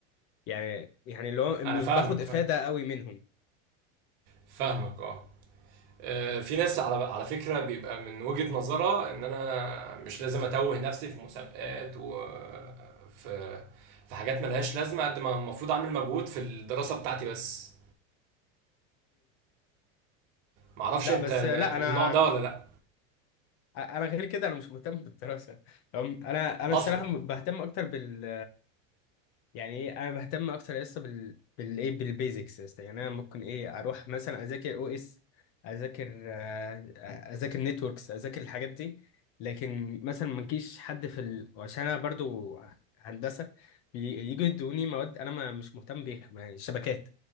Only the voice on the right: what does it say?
انا فاهمك
فاهم
فاهمك اه آه، في ناس على على فكرة بيبقى من وجهة نظرها ان انا مش لازم اتوه نفسي في مسابقات وفي في حاجات ملهاش لازمة قد ما المفروض اعمل مجهود في الدراسة بتاعتي بس معرفش
انت
من
من
النوع ده ولا لا
اصلا